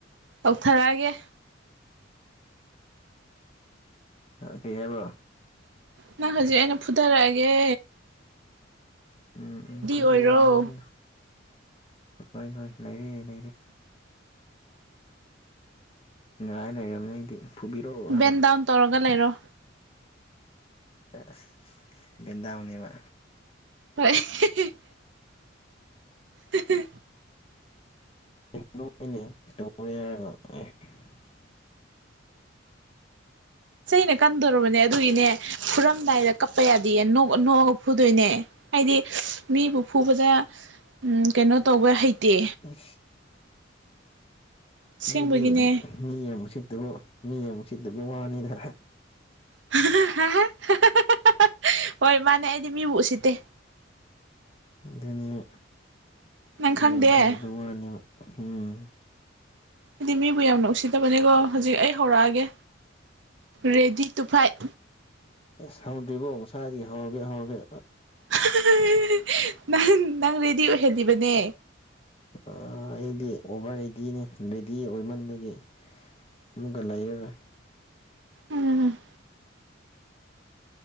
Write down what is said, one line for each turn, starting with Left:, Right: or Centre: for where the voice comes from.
Right: ꯊꯧꯊꯔꯛꯑꯒꯦ
Left: ꯑꯥ ꯀꯩ ꯍꯥꯏꯕ
Right: ꯅꯪ ꯍꯧꯖꯤꯛ ꯑꯩꯅ ꯐꯨꯊꯥꯔꯛꯑꯒꯦ
Left: ꯎꯝ ꯎꯝ ꯐꯨꯕꯤꯌꯨ
Right: ꯑꯣꯏꯔꯣ
Left: ꯐꯨꯕꯤꯌꯨ ꯍꯣꯏ ꯍꯣꯏ ꯂꯩꯔꯦ ꯂꯩꯔꯦ ꯉꯥꯏ ꯂꯩꯔꯝꯅꯤ ꯑꯩꯗꯤ ꯐꯨꯕꯤꯔꯛꯑꯣ ꯍꯥꯏꯅ
Right: ꯕꯦꯟ ꯗꯥꯎꯟ ꯇꯧꯔꯒ ꯂꯩꯔꯣ
Left: ꯑꯁ ꯕꯦꯟꯗꯥꯎꯅꯦꯕ
Right: ꯍꯣꯢ ꯍꯤꯍꯤ ꯍꯤꯍꯤ
Left: <unintelligible>
Right: ꯆꯩꯅ ꯀꯟꯗꯣꯔꯕꯅꯦ ꯑꯗꯨꯒꯤꯅꯦ ꯐꯨꯔꯝꯗꯥꯏꯗ ꯀꯞꯄ ꯌꯥꯗꯤꯌꯦ ꯅꯣꯛꯑ ꯅꯣꯛꯑꯒ ꯐꯨꯗꯣꯏꯅꯦ ꯍꯥꯏꯗꯤ ꯃꯤꯕꯨ ꯐꯨꯕꯗ ꯀꯩꯅꯣ ꯇꯧꯕ ꯍꯩꯇꯦ
Left: ꯏꯁ
Right: ꯑꯁꯦꯡꯕꯒꯤꯅꯦ
Left: ꯑꯗꯨꯗꯤ ꯃꯤ ꯌꯥꯝ ꯎꯁꯤꯠꯇꯕ ꯃꯤ ꯌꯥꯝ ꯎꯁꯤꯠꯇꯕ ꯋꯥꯅꯤꯅꯦ
Right: <unintelligible> ꯍꯣꯏ ꯃꯥꯅꯦ ꯑꯩꯗꯤ ꯃꯤꯕꯨ ꯎꯁꯤꯠꯇꯦ
Left: ꯑꯗꯨꯅꯦꯃꯤ
Right: ꯅꯪ
Left: ꯃꯤꯌꯥꯝ
Right: ꯈꯪꯗꯦ
Left: ꯎꯁꯤꯠꯇꯕ
Right: ꯑꯩꯗꯤ
Left: ꯋꯥꯅꯦꯕ ꯍꯨꯝ
Right: ꯑꯩꯗꯤ ꯃꯤꯕꯨ ꯌꯥꯝꯅ ꯎꯁꯤꯠꯇꯕꯅꯦꯀꯣ ꯍꯧꯖꯤꯛ ꯑꯩ ꯍꯧꯔꯛꯑꯒꯦ ꯔꯦꯗꯤ ꯇꯨ ꯐꯥꯏꯠ
Left: ꯑꯁ ꯍꯧꯗ꯭ꯔꯤꯕꯣ ꯉꯁꯥꯏꯗꯒꯤ ꯍꯧꯔꯒꯦ ꯍꯧꯔꯒꯦ
Right: ꯍꯥꯍꯥꯍꯥꯍꯥ ꯅꯪ ꯅꯪ ꯔꯦꯗꯤ ꯑꯣꯏꯍꯜꯂꯤꯕꯅꯦ
Left: ꯑꯥ ꯑꯩꯗꯤ ꯑꯣꯚꯔ ꯔꯦꯗꯤꯅꯦ ꯔꯦꯗꯤ ꯑꯣꯏꯃꯟꯕꯒꯤ ꯑꯃꯨꯛꯀꯥ ꯂꯩꯔꯔꯣꯢ
Right: ꯎꯝ